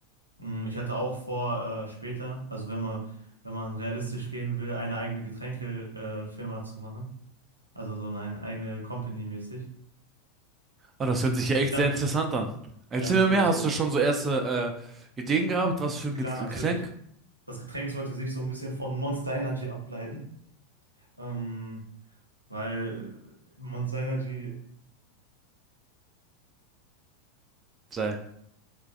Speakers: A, on the right; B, on the right.
A: Mm, Ich hatte auch vor, äh, später, also wenn man, wenn man realistisch gehen will, eine eigene Getränkefirma äh, Firma zu machen. Also so eine eigene Company mäßig.
B: Oh, das hört sich ja echt
A: Dann,
B: sehr interessant an. Erzähl
A: die dann
B: mir
A: so,
B: mehr,
A: so,
B: hast du schon so erste äh, Ideen gehabt, was für ein
A: klar,
B: Get- Getränk
A: natürlich. Das Getränk sollte sich so ein bisschen von Monster Energy ableiten. Ähm, weil Monster Energy.
B: sei?